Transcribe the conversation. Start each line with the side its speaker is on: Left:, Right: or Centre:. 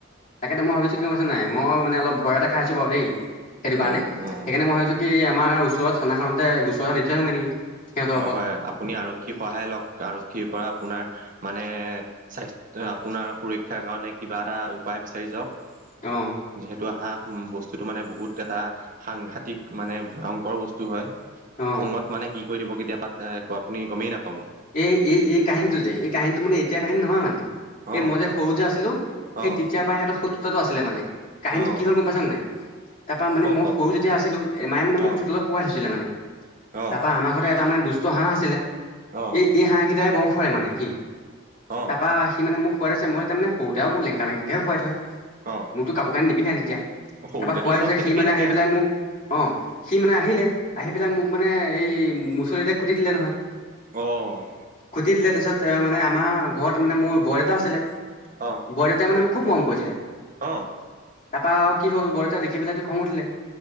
Left: তাকেতে মই ভাবিছো কি গম পাইছা নাই মই মানে অলপ ভয় এটা খাই আছো বাৰু দেই সেইটো কাৰণে
Right: অ অ হয়
Left: সেইকাৰণে মই ভাবছো কি আমাৰ ওচৰৰ থানাখনতে গুচৰ এটা দি থৈ আহোগে নেকি সিহঁতৰ
Right: হয়
Left: ওপৰত
Right: হয় আপুনি আৰক্ষীৰ সহায় লওক আৰক্ষীৰ পৰা আপোনাৰ মানে স্বাস্থ আপোনাৰ সুৰক্ষাৰ কাৰণে কিবা এটা উপায় বিচাৰি যাওক
Left: অঁ
Right: যিহেতু আহা উ বস্তুতটো মানে বহুত এটা সাংঘাতিক মানে ভয়ংকৰ বস্তু হয়
Left: অঁ
Right: খঙত মানে কি কৰি দিব কেতিয়া পাত্ৰাই আপুনি গমেই নাপায়
Left: এই এই এই কাহিনীটো যে এই কাহিনীটো মানে এতিয়াৰ কাহিনী নহয়
Right: অ',
Left: এই মই যে সৰু যে আছিলো
Right: অ',
Left: সেই তেতিয়াৰ পৰাই সিহঁতৰ শত্ৰুতাটো আছিলে মানে কাহিনীটো
Right: অ',
Left: কি হ'ল গম পাইছ নে নাই তাৰ পৰা মানে
Right: কওক
Left: মই
Right: কওক
Left: সৰু যেতিয়া আছিলো এ মায়ে মানে মোক
Right: অ',
Left: চোতলত শোৱাই থৈছিলে মানে
Right: অ',
Left: তাৰপা আমাৰ ঘৰতে এটা মানে দুষ্ট হাঁহ আছিলে
Right: অ',
Left: এই এই হাঁহ কেইটাই বংশই মানে সি
Right: অ',
Left: তাৰপা সি মানে মোক খুৱাই থইছে মই তামানে সৰুতে মোৰ লেংতা বেন্তা কেহে শুৱাই থয়
Right: অ',
Left: মোক তো কাপোৰকানি নিপিন্ধাই তেতিয়া
Right: সৰুতেতো
Left: তাৰপা শুৱাই
Right: চব
Left: থইছে
Right: তেনেকেই
Left: সি মানে
Right: থাকে।
Left: আহি পেলাই মোক অহ সি মানে আহিলে আহি পেলাই মোক মানে এই মুচৰিতে খুটিঁ দিলে নহয়
Right: অ',
Left: খুটিঁ দিলে তাৰপিছত মানে আমাৰ ঘৰত মানে মোৰ বৰদেউতাৰ আছিলে
Right: অ',
Left: বৰদউতাই মানে মোক খুব মৰম কৰিছিলে
Right: অ',
Left: তাৰপৰা আও কি হ'ল বৰদতাই দেখি পেলাইটো খং উঠিলে